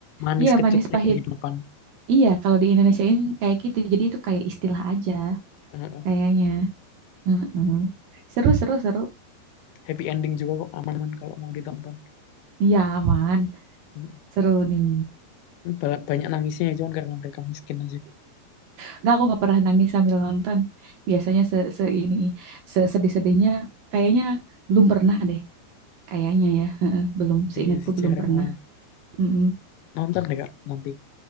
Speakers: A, on the left; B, on the right.
A: manis
B: iya
A: kecutnya
B: manis pahit.
A: kehidupan
B: Iya, kalau di Indonesia ini kayak gitu. Jadi itu kayak istilah aja
A: Heeh.
B: kayaknya. Heeh. Seru, seru, seru.
A: happy ending juga kok aman-aman kalau mau ditonton
B: Iya, aman.
A: Mm.
B: Seru nih.
A: Ba- banyak nangisnya ya cuman karena mereka miskin aja
B: Nggak, aku nggak pernah nangis sambil nonton. Biasanya se, se ini se- sedih-sedihnya kayaknya belum pernah deh. Kayaknya ya, heeh, belum seingatku
A: iya sih
B: belum
A: jarang
B: pernah.
A: banget
B: Mm-mm.
A: nonton deh kak nanti